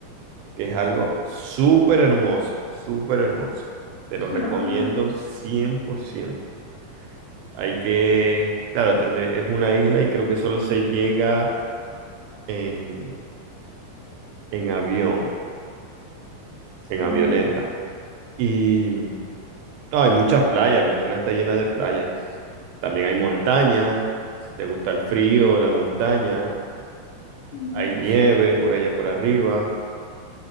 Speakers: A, on the right; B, on the left.
A: que es algo súper hermoso, súper hermoso. Te lo recomiendo
B: Ah,
A: cien por ciento Hay que, claro, tendré- es una isla y creo que solo se llega en, en avión, en
B: mm,
A: avioneta. Y mm, no, hay muchas playas, Venezuela está llena de playas. También hay montañas, si te gusta el frío, la montaña,
B: mm,
A: hay nieve por allá por arriba.